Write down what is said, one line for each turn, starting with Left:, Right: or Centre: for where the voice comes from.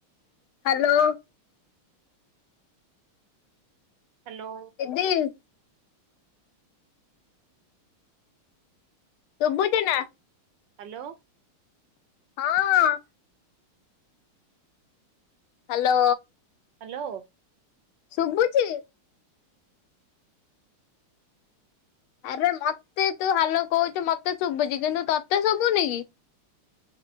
Left: ହ୍ୟାଲୋ।
Right: ହ୍ୟାଲୋ।
Left: ଦିଦି। ଶୁବୁଛି ନା।
Right: ହ୍ୟାଲୋ।
Left: ହଁ। ହ୍ୟାଲୋ।
Right: ହ୍ୟାଲୋ।
Left: ଶୁଭୁଛି? ଆରେ ମତେ ତୁ ହେଲୋ କହୁଛୁ ମତେ ଶୁଭୁଛି କିନ୍ତୁ ତତେ ଶୁଭୁନି କି?